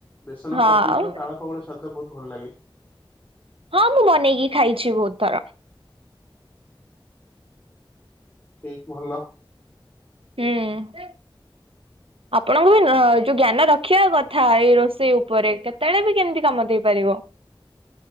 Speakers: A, on the left; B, on the right.
A: ବେସନ
B: ହଁ
A: ପକୋଡ଼ି ତାଳ ପକୋଡି ସଵାଦ ବହୁତ ଭଲ ଲାଗେ।
B: ହଁ ମୁଁ ବନେଇକି ଖାଇଛି ବହୁତ ଥର।
A: ଠିକ ଭଲ।
B: ହୁଁ ଆପଣଙ୍କୁ ବି ଯୋଉ ଜ୍ଞାନ ରଖିବା କଥା ଏଇ ରୋଷେଇ ଉପରେ କେତେବେଳେ ବି କେମିତି କାମ ଦେଇପାରିବ